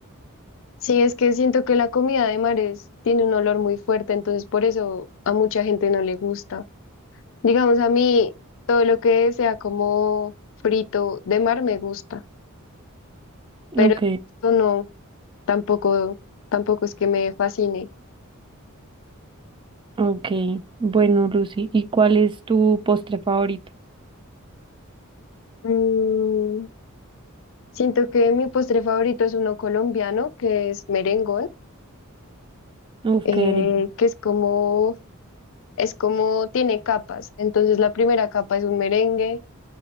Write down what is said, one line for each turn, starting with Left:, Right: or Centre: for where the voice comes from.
Left: Sí, es que siento que la comida de mares tiene un olor muy fuerte, entonces por eso a mucha gente no le gusta. Digamos, a mí todo lo que sea como frito de mar me gusta, pero
Right: Ok,
Left: esto no, tampoco, tampoco es que me fascine.
Right: ok. Bueno, Lucy, ¿y cuál es tu postre favorito?
Left: Mm, siento que mi postre favorito es uno colombiano, que es merengón,
Right: Uf,
Left: eh,
Right: qué delicia.
Left: que es como, es como tiene capas. Entonces la primera capa es un merengue.